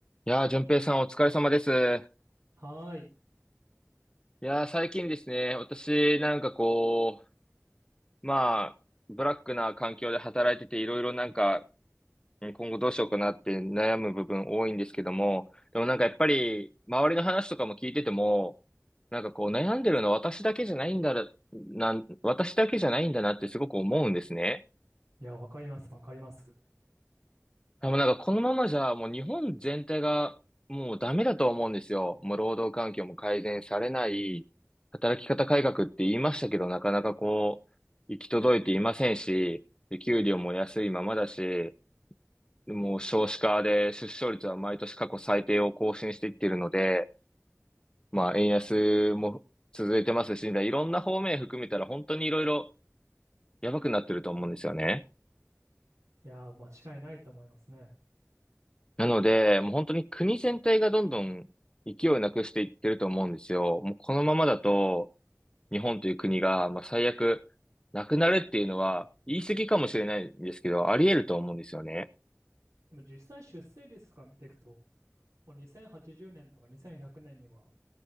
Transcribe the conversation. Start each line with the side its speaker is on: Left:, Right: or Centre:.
Left: いやー、淳平さんお疲れ様です。い
Right: はーい。
Left: やー、最近ですね、私なんかこう、まあ、ブラックな環境で働いてていろいろなんか、うん今後どうしようかなって悩む部分多いんですけども、でもなんかやっぱり、周りの話とかも聞いてても、なんかこう悩んでるの私だけじゃないんだな、なん私だけじゃないんだなってすごく思うんですね。
Right: いや、わかります、わかります。
Left: でもなんかこのままじゃもう日本全体がもうダメだと思うんですよ。もう労働環境も改善されない、働き方改革って言いましたけど、なかなかこう、行き届いていませんし、で給料も安いままだし、もう少子化で出生率は毎年過去最低を更新していっているので、まあ円安も続いてますし、いろんな方面含めたら本当にいろいろやばくなってると思うんですよね。
Right: いや、間違いないと思いますね。
Left: なので、もう本当に国全体がどんどん勢いをなくしていってると思うんですよ。もうこのままだと、日本という国が、まあ、最悪、なくなるっていうのは、言い過ぎかもしれないんですけど、あり得ると思うんですよね。
Right: でも実際出生率とか見ていくと、もう2080年とか2100年には、